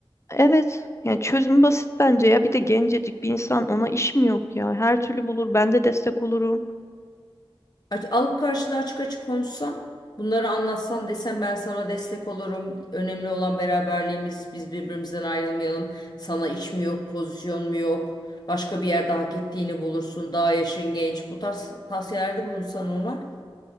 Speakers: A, on the left; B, on the left.
A: Evet. Yani çözüm basit bence ya. Bir de gencecik bir insan ona iş mi yok ya? Her türlü bulur. Ben de destek olurum.
B: Aç, alıp karşına açık açık konuşsan, bunları anlatsan desen ben sana destek olurum. Önemli olan beraberliğimiz. Biz birbirimizden ayrılmayalım. Sana iş mi yok, pozisyon mu yok? Başka bir yerde hak ettiğini bulursun. Daha yaşın genç. Bu tarz tavsiyelerde bulunsan ona.